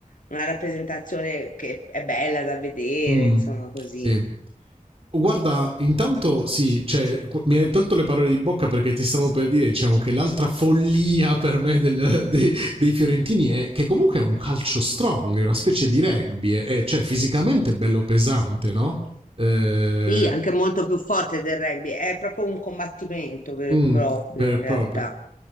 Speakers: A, on the left (about 70°); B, on the right (about 40°).
A: una rappresentazione che è bella da vedere,
B: Mm.
A: insomma, così.
B: Sì. Guarda, intanto sì, cioè, qu- mi hai tolto le parole di bocca perché ti stavo per dire, diciamo, che l'altra follia per me del- <laughs> dei, dei fiorentini è che comunque è un calcio strong, è una specie di rugby, è, è- cioè fisicamente bello pesante, no? Eh,
A: Sì, anche molto più forte del rugby, è proprio un combattimento vero
B: Mh,
A: e proprio
B: vero e
A: in
B: proprio.
A: realtà.